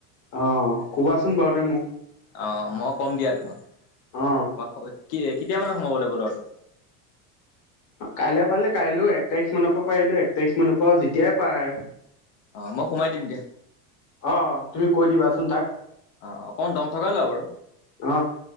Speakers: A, on the left (about 40°); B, on the left (about 65°).
A: অ', ক'বাচোন বাৰু দে মোক।
B: অ, মই কম দিয়া তোমাক-তোমাকব
A: অ
B: কি কেতিয়া মানে সোমাব লাগিব ল'ৰাটো।
A: কাইলে পাৰিলে কাইলৈ এক তাৰিখ মানৰ পৰা পাৰিলো এক তাৰিখ মানৰ পৰা যেতিয়াই পাৰে আৰু।
B: অ, মই সোমাই দিম দিয়া।
A: অ', তুমি কৈ দিবাচোন তাক।
B: আহ অকমান দম থকাই লওঁ বাৰু
A: অ